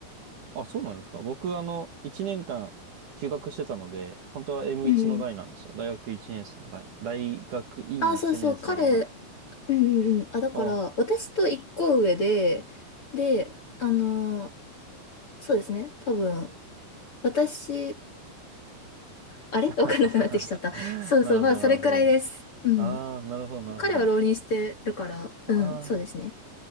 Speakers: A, on the right; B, on the left.
A: あ、そうなんですか。僕、あの、一年間休学してたので、本当は M1
B: うんうん。
A: の代なんですよ。大学一年生の代。大学院一年生の代。
B: あ、そうそう、彼、うんうんうん。あ、だから、
A: お
B: 私と一個上で、で、あのーそうですね、多分、私、んあれ
A: <laughs>
B: <laughs> わかんなくなってきちゃった。
A: なるほど、
B: そうそう、まあ、それくらいです。
A: なるほど。
B: うん。
A: ああ、なるほど、なるほど。
B: 彼は浪人してるから、
A: ああ。
B: うん、そうですね。